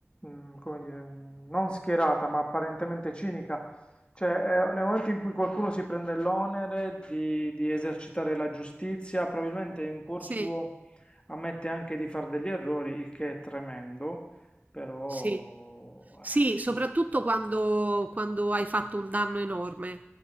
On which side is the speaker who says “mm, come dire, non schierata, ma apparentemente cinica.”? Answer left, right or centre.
Left